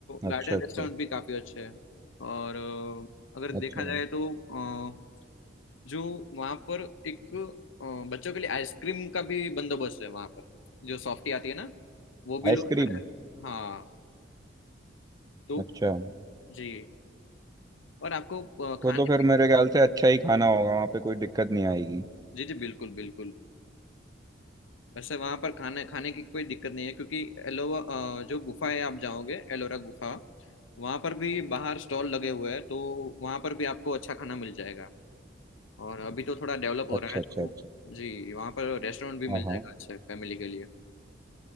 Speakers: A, on the right; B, on the left.
A: अच्छा
B: गार्डन
A: अच्छा
B: रेस्टोरेंट भी काफ़ी अच्छे हैं और अ, अगर
A: अच्छा
B: देखा जाए तो अ, जो वहाँ पर एक अ, बच्चों के लिए आइसक्रीम का भी बंदोबस्त है वहाँ पर जो सॉफ्टी आती है ना वो भी
A: आइसक्रीम
B: लोग खड़े हाँ तो
A: अच्छा
B: जी और आपको अ,
A: तो
B: खाने
A: तो फिर
B: में
A: मेरे ख्याल से अच्छा ही खाना होगा वहाँ पे कोई दिक्कत नहीं आएगी
B: जी जी बिल्कुल बिल्कुल वैसे वहाँ पर खाने खाने की कोई दिक्कत नहीं है क्योंकि एलोवा अ, जो गुफा है आप जाओगे एलोरा गुफा वहाँ पर भी बाहर स्टॉल लगे हुए हैं तो वहाँ पर भी आपको अच्छा खाना मिल जाएगा और अभी तो थोड़ा डेवलप हो
A: अच्छा
B: रहा है
A: अच्छा
B: तो
A: अच्छा
B: जी वहाँ पर रेस्टोरेंट भी
A: हाँ
B: मिल
A: हाँ
B: जाएगा अच्छे फैमिली के लिए